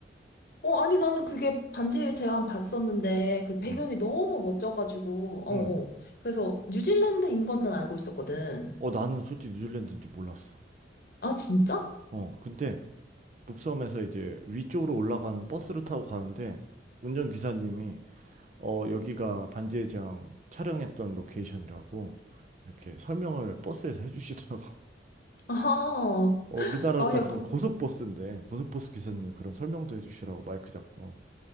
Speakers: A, on the left; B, on the right.
A: 어, 아니, 나는 그게 반지의 제왕 봤었는데, 그 배경이
B: 응.
A: 너무 멋져가지고, 어,
B: 응.
A: 어. 그래서 뉴질랜드인 거는 알고 있었거든.
B: 어, 나는 솔직히 뉴질랜드인지 몰랐어.
A: 아, 진짜?
B: 어, 근데 북섬에서 이제 위쪽으로 올라가는 버스를 타고 가는데 운전기사님이 어, 여기가 반지의장 촬영했던 로케이션이라고 이렇게 설명을 버스에서 해주시더라고. <laughs>
A: 아하.
B: 어, 우리나라로
A: 아,
B: 따지면
A: 야, 그,
B: 고속버스인데 고속버스 기사님이 그런 설명도 해주시라고 마이크 잡고.